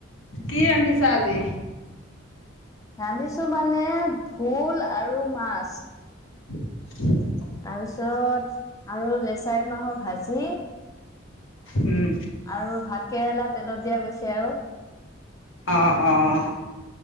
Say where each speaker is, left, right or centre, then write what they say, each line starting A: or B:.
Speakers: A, on the left; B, on the left.
A: কি ৰান্ধিচা আজি?
B: ৰান্ধিছো মানে ভোল আৰু মাছ।
A: <inaudible>
B: তাৰপিছত আৰু লেচাৰী মাহৰ ভাজি,
A: উম
B: আৰু ভাত কেৰেলা তেলত দিয়া গৈছে আৰু।
A: অঁ অঁ